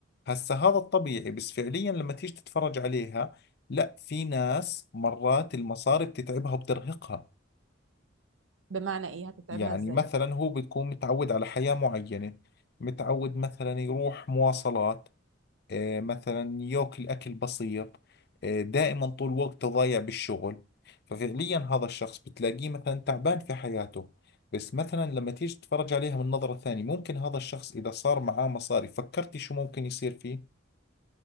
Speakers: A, on the left (about 55°); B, on the right (about 75°).
A: هسا هذا الطبيعي بس فعليا لما تيجي تتفرج عليها لا في ناس مرات المصاري بتتعبها وبترهقها
B: بمعنى ايه هتتعبها
A: يعني
B: ازاي
A: مثلا هو بتكون متعود على حياة معينة متعود مثلا يروح مواصلات آه، مثلا ياكل أكل بسيط آه، دائما طول وقته ضايع بالشغل ففعليا هذا الشخص بتلاقيه مثلا تعبان في حياته بس مثلا لما تيجي تتفرج عليها من نظرة ثانية ممكن هذا الشخص إذا صار معاه مصاري فكرتي شو ممكن يصير فيه